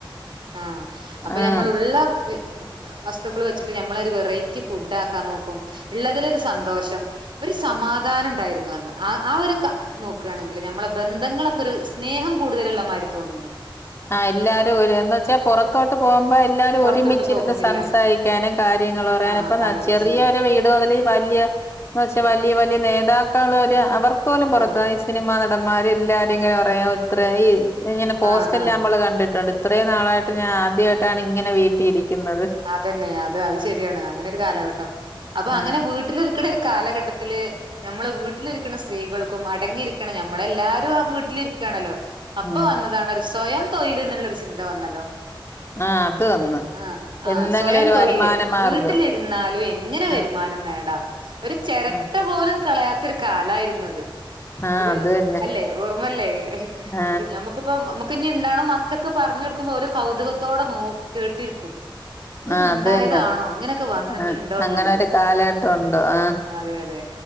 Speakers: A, on the right; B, on the left.
A: ആഹ് അപ്പൊ
B: ആ
A: ഞമ്മളുള്ള വെ <unintelligible> വസ്തുക്കള് വെച്ചിട്ട് ഞമ്മളൊരു വെറൈറ്റി ഫുഡാക്കാൻ നോക്കും. ള്ളതിലൊരു സന്തോഷം ഒരു സമാധാനണ്ടായിരുന്നു അന്ന് ക ആ ആ ഒരു കാ നോക്കാണെങ്കില് ഞമ്മളെ ബന്ധങ്ങളൊക്കൊര് സ്നേഹം കൂട്തല്ള്ള മാരി തോന്നീന്നു.
B: ആഹ് എല്ലാരും ഒരു എന്ന് വെച്ചാ പൊറത്തോട്ട് പോവുമ്പോ എല്ലാരും
A: പുറത്തോട്ട്
B: ഒരുമിച്ചിരുന്ന്
A: പോകുന്നില്ല
B: സംസാരിയ്ക്കാനും കാര്യങ്ങള് പറയാനും
A: ആ
B: ഇപ്പന്ന
A: കാര്യങ്ങൾ
B: <unintelligible> ചെറിയൊരു
A: ചെയ്യാൻ
B: വീട് മുതല് വല്ല്യ പക്ഷെ വലിയ വല്യ നേതാക്കളൊര് അവർക്കോലും പുറത്താ
A: ആ
B: <unintelligible> സിനിമാനടമ്മാര് എല്ലാരും ഇങ്ങനെ പറയാ ഇത്ര ഈ ഇങ്ങനെ പോസ്
A: ആ ആ
B: ള് കണ്ടിട്ടുണ്ട് ഇത്രയും നാളായിട്ട് ഞാൻ ആദ്യായിട്ടാണ് ഇങ്ങനെ വീട്ടി ഇരിയ്ക്കുന്നത്.
A: അതന്നെ അത് അത് ശെരിയാണ് അങ്ങനെ ഒരു കാലഘട്ടം അപ്പൊ
B: ആ
A: അങ്ങനെ വീ ട്ട്ല് രിക്ക്ണ ഒരു കാലഘട്ടത്തില് ഞമ്മള് വീട്ടിലിരിക്ക്ണ സ്ത്രീകൾക്കും അടങ്ങിയിരിക്ക്ണ നമ്മളെല്ലാരും ആ വീട്ടിലിരിക്കാണല്ലോ അപ്പൊ
B: ഉം
A: വന്നതാണ് ഒരു സ്വയം തൊഴില് ന്ന്ള്ളൊരു ചിന്ത വന്നല്ലോ
B: ആഹ് അത് വന്ന്.
A: ആഹ് ആഹ്
B: എന്തെങ്കിലും
A: സ്വയം
B: ഒരു
A: തൊഴില്
B: വരുമാന മാർഗം
A: വീട്ടിലിരുന്നാലും എങ്ങനെ വരുമാനം
B: ആ
A: നേടാം ഒരു ചെരട്ട
B: ആ
A: പോലും കളയാത്തൊരു കാലായിരുന്നു അത്
B: ആ
A: ഒരു
B: അത് തന്നെ
A: അല്ലെ ഓർമ്മല്ലേ
B: ആ
A: ഒരു ഞമ്മുക്കുപ്പം അമു ക്ക്ഞ്ഞിണ്ടാണ മക്കക്ക് പറഞ്ഞൊട്ക്കുമ്പോ ഓല് കൗതുകത്തോടെ നോക്കി കേട്ടിര്ക്കും. തൊക്കെ
B: ആ
A: ണ്ടായതാണോ
B: അത് തന്നെ
A: ഇങ്ങനെയൊക്കെ വന്നിട്ടുണ്ടോന്ന്ല്ലത്.
B: ആ അങ്ങനൊരു കാലഘട്ടമുണ്ട് ആ
A: അതെ യതെ